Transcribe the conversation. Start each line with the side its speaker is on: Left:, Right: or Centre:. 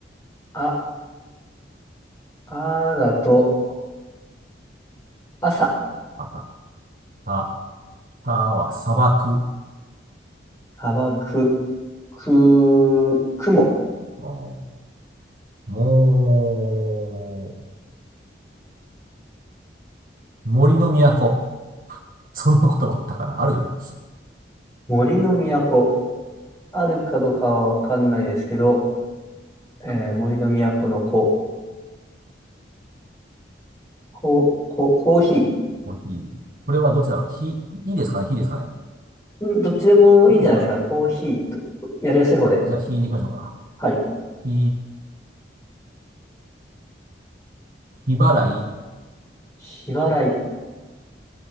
Left: あ、あだと、朝、
Right: また。さ、さは砂漠。
Left: 砂漠、く、雲、
Right: おーもう、森の都。そんな言葉あったかなあるよね。
Left: 森の都、あるかどうかはわかんないですけど、えー森の都の子、こ、こ、コーヒー。
Right: コーヒー。これはどっちだろうひ、いいですかねひですかね
Left: うん、どっちでもいいんじゃないですか。
Right: いいですか
Left: コーヒー、どやりやすい方で。
Right: じゃあ、ひでいきましょうか。
Left: はい。
Right: ひ、ひ払い。
Left: 日払い、